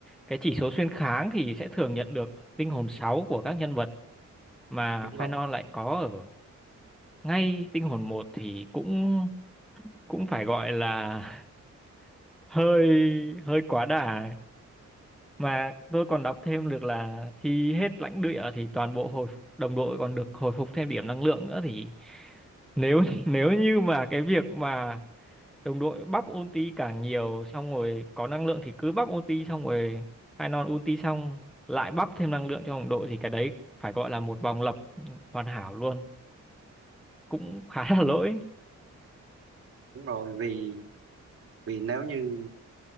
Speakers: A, in the centre; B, on the right.
A: cái chỉ số xuyên kháng thì sẽ thường nhận được tinh hồn 6 của các nhân vật mà
B: đúng
A: Phainon
B: rồi
A: lại có ngay tinh hồn một thì cũng cũng phải gọi là <laughs> hơi hơi quá đà mà tôi còn đọc thêm được là khi hết lãnh địa thì toàn bộ hồi đồng đội còn được hồi phục thêm điểm năng lượng nữa thì nếu <laughs> nếu như mà cái việc mà đồng đội bắp ulti càng nhiều xong rồi có năng lượng thì cứ bắp ulti xong rồi final ulti xong lại bắp thêm năng lượng cho đồng đội thì cái đấy phải gọi là một vòng lập hoàn hảo luôn cũng khá là lỗi
B: đúng rồi vì vì nếu như